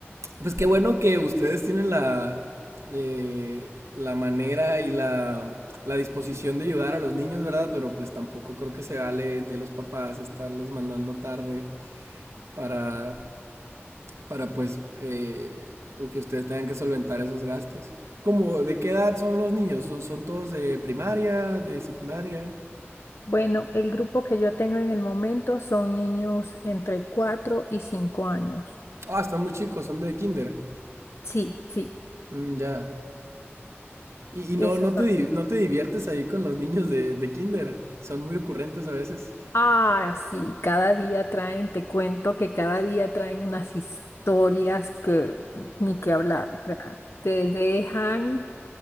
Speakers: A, on the right; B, on the left.
A: pues qué bueno que ustedes tienen la, eh, la manera y la, la disposición de ayudar a los niños, ¿verdad? Pero pues tampoco creo que se vale de los papás estarlos mandando tarde para, para pues eh, que ustedes tengan que solventar esos gastos. Como, ¿de qué edad son los niños? ¿Son, son todos de primaria, de secundaria?
B: Bueno, el grupo que yo tengo en el momento son niños entre 4 y 5 años.
A: Ah, están muy chicos, son de kinder.
B: Sí, sí,
A: Mm, ya. Y, y no,
B: esos
A: no,
B: son.
A: te, di- no te diviertes ahí con los niños de, de kinder. Son muy ocurrentes a veces.
B: Ah, sí, cada día traen, te cuento que cada día traen unas historias que ni que hablar, o sea, te dejan.